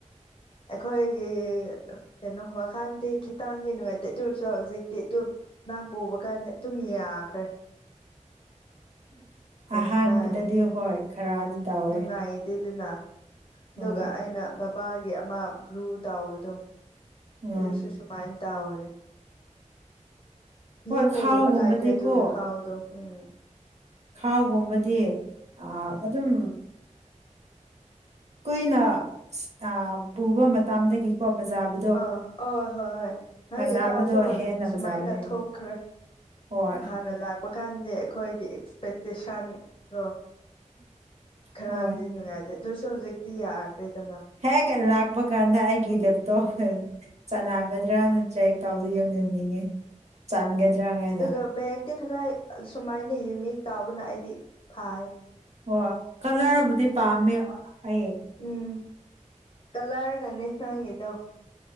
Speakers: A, on the left; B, on the right.
A: ꯑꯩꯈꯣꯏꯒꯤ ꯀꯩꯅꯣ ꯋꯥꯈꯜꯗꯤ ꯈꯤꯇꯪꯗꯤ ꯅꯨꯡꯉꯥꯏꯇꯦ ꯑꯗꯨ ꯑꯣꯏꯔꯁꯨ ꯍꯧꯖꯤꯛꯇꯤ ꯑꯗꯨꯝ ꯅꯪ ꯄꯨꯕ ꯀꯥꯟꯗ ꯑꯗꯨꯝ ꯌꯥꯈ꯭ꯔꯦ ꯀꯩꯁꯨ
B: ꯑꯍꯥꯟꯕꯗꯗꯤ
A: ꯀꯥꯏ
B: ꯍꯣꯏ ꯈꯔꯗꯤ ꯇꯧꯋꯦ
A: ꯅꯨꯡꯉꯥꯏꯇꯦꯗꯅ ꯑꯗꯨꯒ
B: ꯍꯣꯏ
A: ꯑꯩꯅ ꯕꯞ ꯕꯥꯒꯤ ꯑꯃ ꯕ꯭ꯂꯨ ꯇꯥꯎꯕꯗꯣ
B: ꯎꯝ
A: ꯑꯗꯨꯁꯨ ꯁꯨꯝ ꯃꯥꯏꯅ ꯇꯧꯕꯅꯦ ꯃꯤ
B: ꯍꯣꯏ
A: ꯄꯨꯕ
B: ꯈꯥꯎꯒꯨꯝꯕꯗꯤꯀꯣ
A: ꯂꯥꯏꯇꯦ ꯑꯗꯨꯒꯤ ꯈꯥꯎꯗꯣ꯫ ꯎꯝ
B: ꯈꯥꯎꯒꯨꯝꯕꯗꯤ ꯑꯥ ꯑꯗꯨꯝ ꯀꯨꯏꯅ ꯁꯤ ꯑꯥ ꯄꯨꯕ ꯃꯇꯝꯗꯒꯤꯀꯣ ꯐꯖꯥꯕ
A: ꯑꯥ ꯑꯧ ꯍꯣꯏ ꯍꯣꯏ ꯅꯪꯒꯤ
B: ꯐꯖꯕꯗꯣ
A: ꯈꯥꯎꯁꯨ
B: ꯍꯦꯟꯅ
A: ꯁꯨꯃꯥꯏꯅ
B: ꯐꯖꯕꯅꯦ
A: ꯊꯣꯛꯈ꯭ꯔꯦ
B: ꯍꯣꯏ
A: ꯍꯥꯟꯅ ꯂꯥꯛꯄ ꯀꯥꯟꯗꯤ ꯑꯩꯈꯣꯏꯒꯤ ꯑꯦꯛꯁꯄꯦꯛꯇꯦꯁꯟꯗꯣ ꯈꯔꯗꯤ
B: ꯍꯣꯏ
A: ꯅꯨꯡꯉꯥꯏꯇꯦ ꯑꯗꯨꯁꯨ ꯍꯧꯖꯤꯛꯇꯤ ꯌꯥꯗ꯭ꯔꯦꯗꯅ꯫
B: ꯍꯦꯛ ꯂꯥꯛꯄ ꯀꯥꯟꯗ ꯑꯩꯒꯤ ꯂꯦꯞꯇꯣꯞ ꯆꯅꯒꯅꯤ ꯗ꯭ꯔꯥꯅ ꯆꯌꯦꯛ ꯇꯥꯎꯕꯗ ꯌꯧꯅꯤꯡꯅꯤꯡꯉꯦ
A: ꯎꯝ
B: ꯆꯟꯒꯗ꯭ꯔꯥꯅꯥ
A: ꯑꯗꯨꯒ ꯕꯦꯒꯇꯤ ꯈꯔ ꯁꯨꯃꯥꯏꯅ ꯌꯨꯅꯤꯛ ꯇꯥꯎꯕꯅ ꯑꯩꯗꯤ ꯐꯥꯏꯌꯦ꯫
B: ꯑꯣ ꯀꯂꯔꯕꯨꯗꯤ ꯄꯥꯝꯃꯦ ꯑꯩ
A: ꯎꯝ ꯀꯂꯔꯅꯅꯦ ꯅꯪꯉꯤꯗꯣ